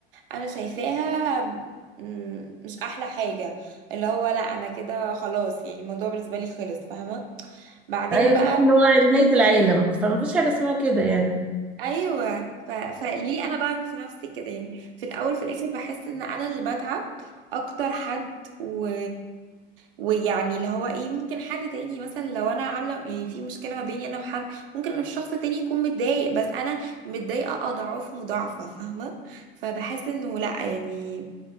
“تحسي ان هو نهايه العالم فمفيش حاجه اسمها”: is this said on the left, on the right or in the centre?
Centre